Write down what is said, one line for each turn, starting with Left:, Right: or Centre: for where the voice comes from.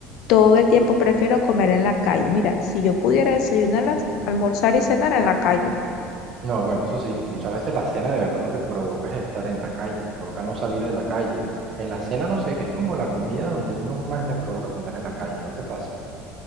Left: Todo el tiempo prefiero comer en la calle. Mira, si yo pudiera desayunar, as- almorzar y cenar en la calle.
Right: No, bueno, eso sí, muchas veces la cena de verdad lo que provoca es estar en la calle, provoca no salir de la calle. En la cena, no sé, es como la comida donde uno más le provoca comer en la calle, ¿no te pasa?